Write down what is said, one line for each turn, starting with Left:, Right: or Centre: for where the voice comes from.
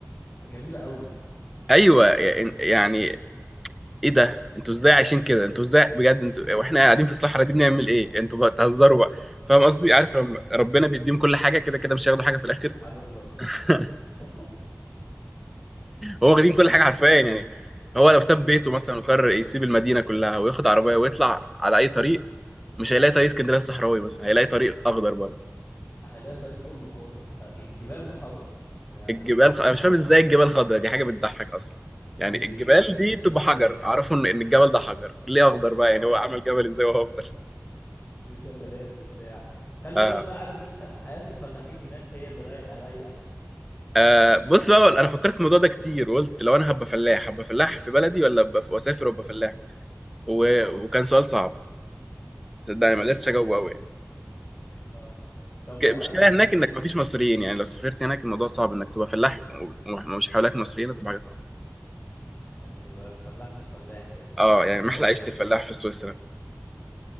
Left: جميلة قوي
Centre: ايوه يعني ايه ده انتوا ازاي عايشين كده انتوا ازاي بجد انتوا
Left: <laughs>
Centre: واحنا قاعدين في الصحراء دي بنعمل ايه انتوا بقى تهزروا بقى فاهم قصدي عارف لما ربنا بيديهم كل حاجه كده كده مش هياخدوا حاجه في الاخر
Left: سبحان الله سبحان
Centre: <laughs>
Left: الله <laughs>
Centre: هو واخدين
Left: هم
Centre: كل
Left: فعلا
Centre: حاجه حرفيا يعني هو لو ساب بيته
Left: سب...
Centre: مثلا وقرر يسيب المدينه كلها وياخد عربيه ويطلع على اي طريق مش هيلاقي طريق اسكندريه الصحراوي بس هيلاقي طريق اخضر برضه
Left: هلاقي طريق كله خضرة آه، الجبال مخضرة ده
Centre: الجبال
Left: انتوا
Centre: خ... انا مش
Left: آه،
Centre: فاهم ازاي الجبال خضراء دي حاجه بتضحك اصلا
Left: و...
Centre: يعني الجبال دي
Left: وشلالات
Centre: بتبقى حجر اعرفه ان إن الجبل ده حجر ليه اخضر بقى يعني
Left: اه
Centre: هو عمل جبل ازاي وهو اخضر
Left: وشلالات وبتاع خلي
Centre: آه.
Left: بالك بقى عارف انت حياة الفلاحين هناك هي اللي رايقة رايقة
Centre: آه بص بقى انا فكرت في الموضوع ده كتير وقلت لو انا هبقى فلاح هبقى فلاح في بلدي ولا ابقى واسافر وابقى فلاح و...
Left: اه
Centre: وكان سؤال صعب صدقني ما قدرتش اجاوبه قوي يعني
Left: اه لو ما
Centre: ك- المشكله
Left: لا ما
Centre: هناك
Left: اصل الف-
Centre: انك ما فيش مصريين يعني لو سافرت هناك الموضوع صعب انك تبقى فلاح و- ومش حواليك مصريين هتبقى حاجه صعبه
Left: هتبقى فلاح مش فلاح كده
Centre: اه يعني
Left: فين
Centre: محلى
Left: الجلابية
Centre: عيشه الفلاح في سويسرا